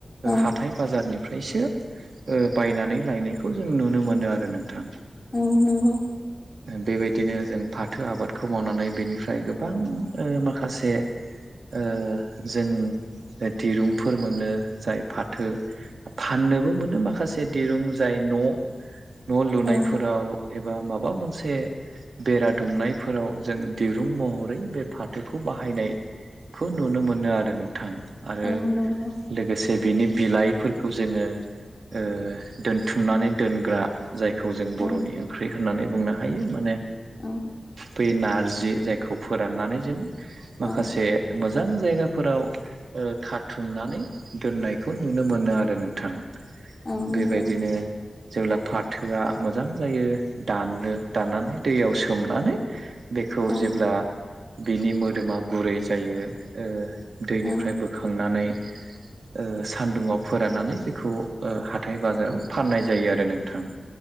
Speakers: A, on the right (about 80°); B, on the left (about 45°).
A: ओ
B: औ
A: हाथाय बाजारनि फ्रायसो ओ बायनानै लायनायखौ जों नुनो मोनो आरो नोंथां
B: औ नंगौ
A: बेबायदिनो जों फाथो आबादखौ मावनानै बेनिफ्राय गोबां ओ माखासे ओ जों दिरुंफोर मोनो जाय फाथो फाननोबो मोनो माखासे दिरुं जाय न' न' लुनायफोराव
B: औ
A: एबा माबा मोनस से बेरा दुमनायफोराव जों दिरुं महरै बे फाथोखौ बाहायनाय खौ नुनो मोनो आरो नोंथां आरो
B: औ नंगौ
A: लोगोसे बिनि बिलाइ फोरखौ जोङो ओ दोनथुमनानै दोनग्रा जायखौ जों
B: औ
A: बर'नि ओंख्रि होननानै बुंनो हायो माने
B: औ
A: बै ना जि जाय फोरनानै जों माखासे
B: औ
A: मोज मोजां जायगाफोराव ओ खाथुमनानै दोननायखौ नुनो मोनो आरो नोंथां
B: औ नांगौ
A: बेबायदिनो जेब्ला फाथोआ मोजां जायो दाननो दाननानै दैयाव सो मनानै बेखौ
B: औ
A: जेब्ला बिनि मोदोमा गुरै जायो ओ दैनिफ्राय
B: औ
A: बोखांनानै
B: <inaudible>
A: ओ सान्दुङाव फोराननानै बेखौ ओ हाथाय बाजाराव फाननाय जायो आरो नोंथां